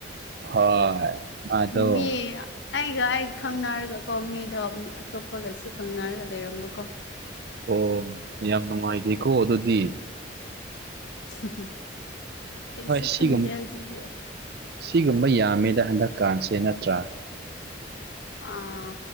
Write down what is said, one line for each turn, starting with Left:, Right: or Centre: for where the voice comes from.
Right: ꯍꯣꯏ ꯃꯥꯗꯣ
Left: ꯃꯦ ꯑꯩꯒ ꯑꯩ ꯈꯪꯅꯔꯒꯀꯣ ꯃꯤꯗꯣ ꯃꯤ ꯑꯇꯣꯞꯄꯒꯁꯨ ꯈꯪꯅꯔꯒ ꯂꯩꯔꯝꯕꯀꯣ
Right: ꯑꯣ ꯌꯥꯝ ꯅꯨꯡꯉꯥꯏꯇꯦꯀꯣ ꯑꯗꯨꯗꯤ
Left: <unintelligible> ꯀꯩꯁꯨ
Right: ꯍꯣꯏ ꯁꯤꯒꯨꯝ
Left: ꯈꯟꯗ꯭ꯔꯦ ꯍꯧꯖꯤꯛꯇꯤ
Right: ꯁꯤꯒꯨꯝꯕ ꯌꯥꯝꯃꯦꯗ ꯍꯟꯗꯛꯀꯥꯟꯁꯦ ꯅꯠꯇ꯭ꯔꯥ
Left: ꯑꯥ